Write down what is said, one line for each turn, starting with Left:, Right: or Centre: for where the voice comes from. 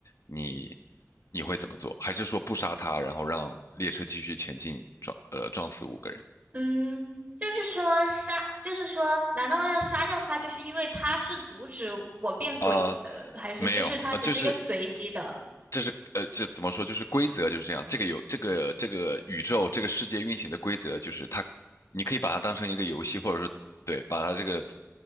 Left: 你你会怎么做？还是说不杀他，然后让列车继续前进，撞呃撞死五个人？
Right: 嗯，就是说杀，就是说，难道要杀掉他，就是因为他是阻止我变轨，
Left: 呃，
Right: 呃，还是就是他只是一个随机的？
Left: 没有，呃，就是这是呃，这怎么说？就是规则就是这样。这个有这个这个宇宙这个世界运行的规则，就是它，你可以把它当成一个游戏，或者说对，把它这个